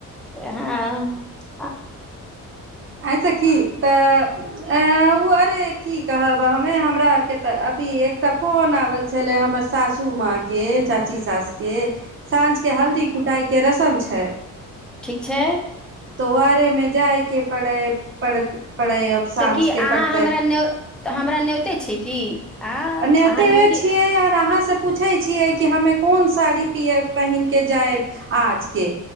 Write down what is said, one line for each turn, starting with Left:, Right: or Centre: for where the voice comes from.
Centre: हाँ, आ
Right: अच्छा की तऽ अ उ अरे की कहब, हमे हमरा आरके तऽ अभी एकटा फोन आवल छले हमर सासू माँ के, चाची सास के, साँझके हल्दी कुटाइ के रसम छै।
Centre: ठीक छै।
Right: तो आरे मे जाय के पड़े पड़त। पड़ै अब साँझ
Centre: तऽ की अहाँ
Right: के पड़तै
Centre: हमरा न्यौ तऽ हमरा नौयतै छै की। आ अहाँ
Right: अ न्योतैबै
Centre: न्योती
Right: छियै आर अहाँ सब पूछै छियै कि हमे कोन साड़ी पिये पहिन के जायब आज के।